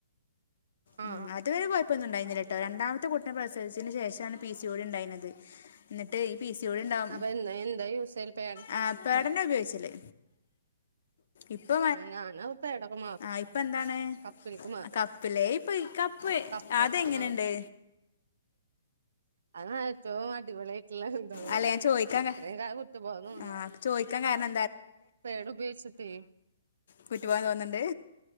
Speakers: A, on the left (about 65°); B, on the right (about 65°).
A: ഉം
B: ആ
A: അതുവരെകൊയപ്പൊന്നും ഉണ്ടായിുന്നില്ലട്ടോ രണ്ടാമത്തെ കുട്ടിനെ പ്രസിച്ചതിന് ശേഷാണ് പി സി ഓടി ഇണ്ടായിരുന്നത് എന്നിട്ട് ഈ പി സി ഒ ടി ഇണ്ടാവും
B: അപ്പൊ എന്താ എന്താ യൂസ് ചെയ്യല് പേട
A: ആ പ്പ പാടാന്ന ഉപയോഗിചില്ലേ ഇപ്പൊ
B: ഞാന് പേടൊക്കെ മാറി
A: ആ ഇപ്പൊ എന്താണ്
B: കപ്പിലേക്ക് മാറി
A: ആ കപ്പിലേ ഇപ്പൊ കപ്പ്
B: കപ്പ്
A: അതെങ്ങനെണ്ട്
B: ആ അതാണ് ഏറ്റോം അടിപൊളി ട്ടുള്ള എന്താണത്
A: അല്ല ഞാൻ ചോദിക്കാൻ
B: ഇത്രയും
A: കാ
B: കാല കുറ്റബോധം തോന്നണ്
A: ആ ചോദിക്കാൻ കാരണം
B: പാടുപയോഗിച്ച് ട്ടെ
A: കുറ്റബോധം തോന്നണ്ട്